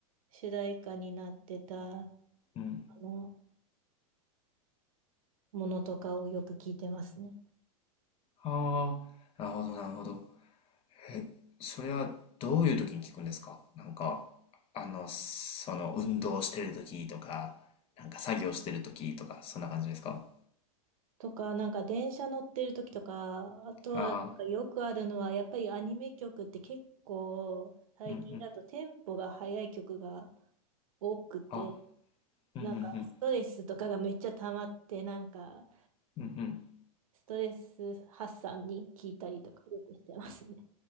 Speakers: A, on the right (about 70°); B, on the left (about 30°).
A: 主題歌になってた、あ
B: あ、うん。
A: の、ものとかをよく聞いてますね。
B: ああ、なるほど、なるほど。え、それはどういう時に聞くんですかなんか、あの、その、運動してる時とか、なんか作業してる時とか、そんな感じですか
A: とか、なんか電車乗ってる時とか、あとはなんかよくあるのは、
B: あ
A: やっぱりアニメ曲って結構最近だとテンポが速い曲が
B: あー、うん、うん。
A: 多くて、
B: あうんうん
A: なんかストレスとかがめっちゃ溜まって、なんか
B: うんうんうん
A: ストレス発散に聞いたりとかよくしてますね。